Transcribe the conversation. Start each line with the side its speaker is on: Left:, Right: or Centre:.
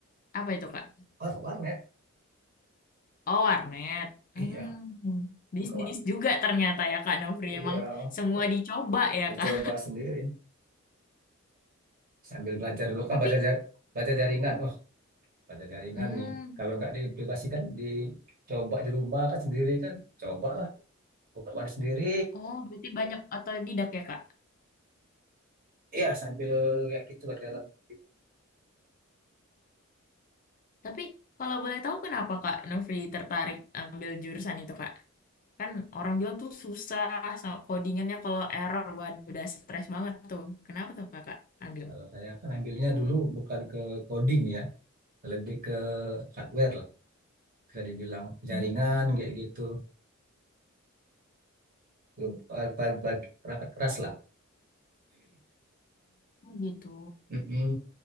Left: apa itu Kak?
Right: War warnet
Left: Oh, warnet.
Right: iya
Left: Hmm,
Right: buka
Left: bisnis
Right: war
Left: juga ternyata ya Kak Nofri.
Right: iya
Left: Emang semua
Right: buka-
Left: dicoba ya
Right: dicoba
Left: Kak?
Right: sendiri sambil belajar dulu kan
Left: <laughs> Tapi,
Right: belajar jar- belajar jaringan wah belajar jaringan
Left: hmm,
Right: nih kalau nggak diaplikasikan dicoba di rumah kan sendiri kan cobalah buka warnet sendiri
Left: oh berarti banyak otodidak ya Kak?
Right: Iya, sambil kayak gitu lah jalan gitu.
Left: Tapi kalau boleh tahu kenapa Kak Nofri tertarik ambil jurusan itu Kak? Kan orang bilang tuh susah, sama codingannya kalau error, waduh udah stres banget tuh. Kenapa tuh Kakak ambil?
Right: Kalau saya kan ambilnya dulu bukan ke coding ya, lebih ke hardware lah, bisa dibilang jaringan
Left: Hmm,
Right: kayak gitu, Bag- bag- bag- perangkat keras lah.
Left: oh gitu.
Right: Mm-mm.